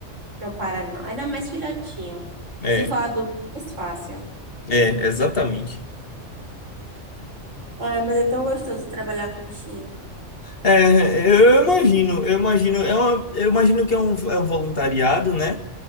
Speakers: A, on the right; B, on the left.
A: Não para, não. Ainda mais filhotinho.
B: É,
A: Se for adulto, é mais fácil.
B: é, exatamente.
A: Ah, mas é tão gostoso trabalhar com bichinho.
B: É, eu imagino, eu imagino, é uma, eu imagino que é um, é um voluntariado, né?